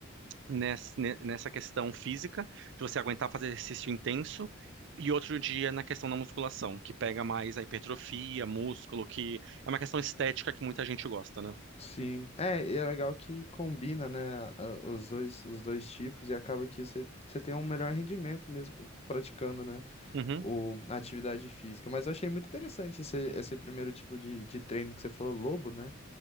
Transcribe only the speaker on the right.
ness- ne- nessa questão física, de você aguentar fazer exercício intenso, e outro dia na questão da musculação, que pega mais a hipertrofia, músculo, que é uma questão estética que muita gente gosta, né?
Uhum.